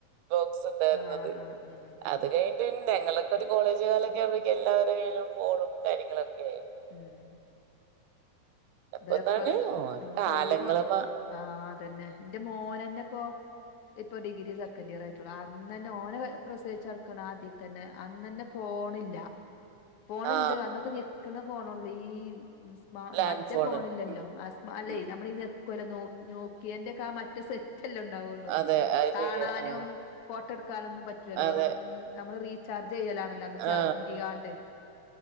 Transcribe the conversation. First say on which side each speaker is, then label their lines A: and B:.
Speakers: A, on the right; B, on the left.
A: ബോക്സ്‌ ഉണ്ടായിരുന്നത്
B: ആഹ് ആഹ് ഉം
A: അത് കഴിഞ്ഞ പിന്നെ ങ്ങൊക്കെ ഒരു കോളേജ് കാലൊക്കെ ആകുമ്പോഴേക്കും എല്ലാവരുടെ കയ്യിലും ഫോണും കാര്യങ്ങളും ഒക്കെ ആയി
B: ഉം
A: അപ്പൊ
B: ഇവര്ഉപ്പ
A: എന്താണ് ഓരോ കാലങ്ങള്
B: സൗദി പോ
A: മാ-
B: ആ അതന്നെ എന്റെ മോനെന്നെപ്പോ ഇപ്പൊ ഡിഗ്രി സെക്കൻഡറ് ഇയർ ആയിട്ടുള്ളൂ അന്ന തന്നെ ഓനെ പ്രസവിച്ച്കിടക്കുന്ന ആദ്യ തന്നെ അന്നന്നെ ഫോണില്ല ഫോണ
A: ആ
B: ഉണ്ട് അന്നൊക്കെ ഞെക്കുന്ന ഫോണള്ളൂ ഈ സ്
A: ലാൻഡ്
B: മറ്റേ
A: ഫോണ്
B: ഫോണില്ലല്ലോ
A: ഉം,
B: ആസ്മ അല്ലേ
A: ഉം.
B: നമ്മളീ നിൽക്കുവല്ലോ നോ നോക്കിയന്റെ ഒക്കെ ആ മറ്റേ സെറ്റല്ലേ ഉണ്ടാവുള്ളൂ
A: അതെ അത്
B: കാണാനും
A: ശരിയാ ആ,
B: കാണാനും ഫോട്ടോ എടുക്കാനൊന്നും പറ്റില്ലല്ലോ
A: അതെ
B: വെറും നമ്മള് റീചാർജ് ചെയ്യലാണല്ലോ അന്ന് ച
A: ആ
B: ചെയ്യാണ്ട്